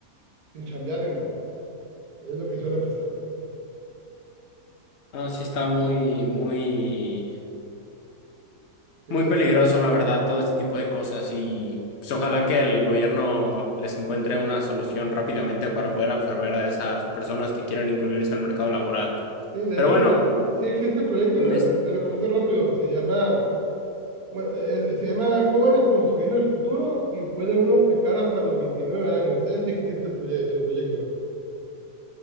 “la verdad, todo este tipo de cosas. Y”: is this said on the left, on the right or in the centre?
Left